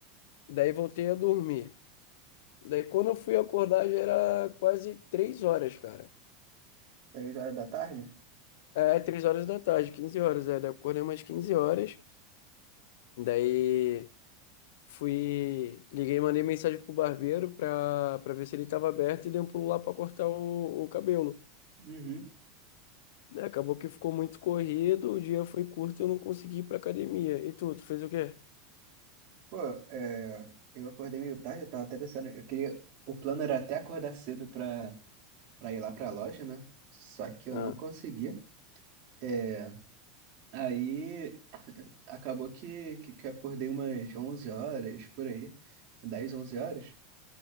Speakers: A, on the left; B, on the right.
A: daí voltei a dormir. Daí quando eu fui acordar já era quase 3 horas, cara.
B: Três horas da tarde?
A: É, três horas da tarde, 15 horas, é. Daí eu acordei umas 15 horas. Daí fui, liguei, mandei mensagem pro barbeiro pra, pra ver se ele tava aberto e dei um pulo lá pra cortar o, o cabelo.
B: Uhum.
A: Né, acabou que ficou muito corrido, o dia foi curto e eu não consegui ir pra academia. E tu, tu fez o quê?
B: Pô, é, eu acordei meio tarde, eu tava até pensando, eu queria, o plano era até acordar cedo pra, pra ir lá pra loja, né? Só que eu
A: Ah,
B: não consegui. É, aí <clears throat> acabou que, que, que eu acordei umas 11 horas, por aí, 10, 11 horas.